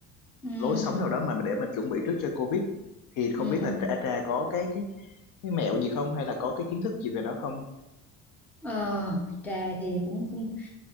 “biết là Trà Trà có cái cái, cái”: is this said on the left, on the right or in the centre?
Left